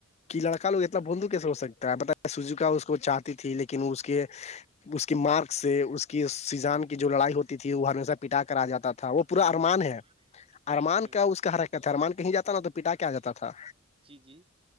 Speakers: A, on the left (about 30°); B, on the right (about 25°).
A: کہ لڑکا لو اتنا بونندو کیسے ہو سکتا ہے ب سجوک اس کو چ ت تھی لیکن اس کے اس کے مارک سے اس کی سی جان کے جو لڑائی ہوتی تھی وہ ہمیشہ پٹا کرا جاتا تھا وہ پورا
B: ہوں
A: ارمان ہے
B: ہوں
A: ارمان
B: ہوں
A: کیا اس کا حرکھ تھا ارمان کہیں جاتا نا تو پٹا کیا جاتا تھا
B: جی جی